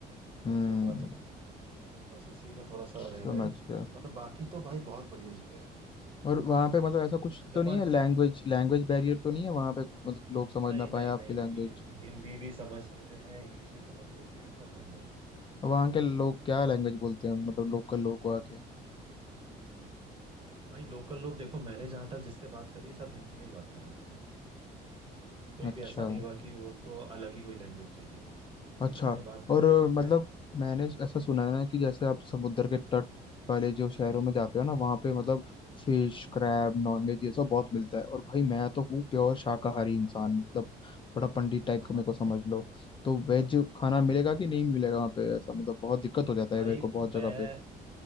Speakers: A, on the left; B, on the right.
A: हम्म
B: वो भी एक बात है ना बस उसी में थोड़ा सा
A: समझ
B: रह गए
A: गया
B: वरना बाकी तो भाई बहुत बढ़िया जगह है
A: और वहाँ पे मतलब ऐसा कुछ
B: अंडमान
A: तो नहीं है लैंग्वेज लैंग्वेज बैरियर तो नहीं है वहाँ पे कुछ मतलब कि लोग समझ
B: नहीं
A: ना
B: नहीं
A: पाए आपकी
B: नहीं
A: लैंग्वेज
B: नहीं हिंदी भी समझ लेते हैं इंग्लिश भी समझ लेते हैं सब बढ़िया है
A: वहाँ के लोग क्या लैंग्वेज बोलते हैं मतलब लोकल लोग वहाँ के
B: भाई लोकल लोग देखो मैंने जहां तक जिससे बात करी सब हिंदी में ही बात कर रहे थे मेरे से कोई
A: अच्छा
B: भी ऐसा नहीं हुआ कि वो उनको अलग ही कोई लैंग्वेज चाहिए
A: अच्छा
B: हिंदी में बात करी
A: और अ,
B: है सबने
A: मतलब मैंने ऐसा सुना है ना कि जैसे आप समुद्र के तट वाले जो शहरों में जाते हो ना वहाँ पे मतलब फिश क्रैब नॉनवेज ये सब बहुत मिलता है और भाई मैं तो हूँ प्योर शाकाहारी इंसान मतलब थोड़ा पंडित टाइप
B: वहां
A: का मेरे को
B: पे
A: समझ लो तो वेज
B: हाँ हाँ
A: खाना मिलेगा कि नहीं मिलेगा वहाँ पे ऐसा मतलब बहुत दिक्कत हो जाता
B: भाई
A: है मेरे को बहुत जगह
B: मैं
A: पे